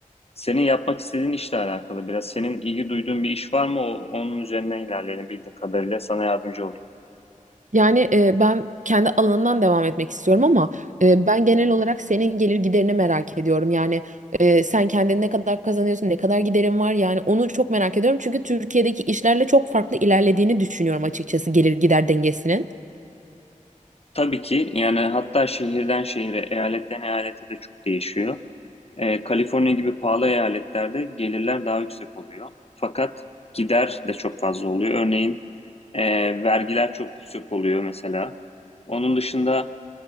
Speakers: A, on the left; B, on the right.
A: Senin yapmak istediğin işle alakalı biraz. Senin ilgi duyduğun bir iş var mı? O, onun üzerine ilerleyelim bildiğim kadarıyla. Sana yardımcı olayım.
B: Yani e, ben kendi alanından devam etmek istiyorum ama e, ben genel olarak senin gelir giderini merak ediyorum. Yani e, sen kendin ne kadar kazanıyorsun, ne kadar giderin var yani onu çok merak ediyorum. Çünkü Türkiye'deki işlerle çok farklı ilerlediğini düşünüyorum açıkçası gelir gider dengesinin.
A: Tabii ki yani hatta şehirden şehire, eyaletten eyalete de çok değişiyor. Eee, Kaliforniya gibi pahalı eyaletlerde gelirler daha yüksek oluyor. Fakat gider de çok fazla oluyor. Örneğin eee, vergiler çok yüksek oluyor mesela. Onun dışında